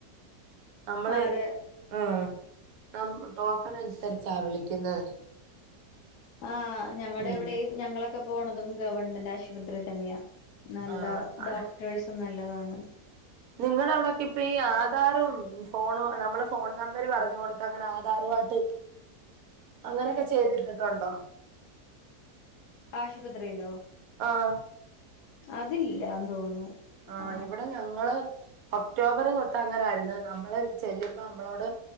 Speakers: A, on the right; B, on the left.
A: നമ്മള്
B: അതെ
A: ആഹ് നം ടോക്കൺ അനുസരിച്ചാ വിളിക്കുന്നത്
B: ആഹ് ഞങ്ങടെ
A: ഉം
B: ഇവിടെയും ഞങ്ങളൊ ക്കെ പോണതും ഗവൺമെന്റ് ആശുപത്രീ തന്നെയാ നല്ല
A: ആഹ്
B: ഡോക്ടേഴ്സും നല്ലതാണ്
A: നിങ്ങടവിടൊക്കെ ഇപ്പ ഈ ആധാറും ഫോണും നമ്മള് ഫോൺ നമ്പര് പറഞ്ഞു കൊടുത്ത് അങ്ങനെ ആധാറുവായിട്ട് അങ്ങനെയൊക്കെ ചെയ്തിട്ടിട്ടുണ്ടോ
B: ആശുപത്രിയിലോ
A: ആഹ്
B: അതില്ലാന്ന് തോന്നുന്നു
A: ആഹ്
B: ആ
A: ഇവിടെ ഞങ്ങള് ഒക്ടോബറ് തൊട്ട് അങ്ങനായിരുന്ന് നമ്മള് ചെല്ലുമ്പോ അമ്മളോട്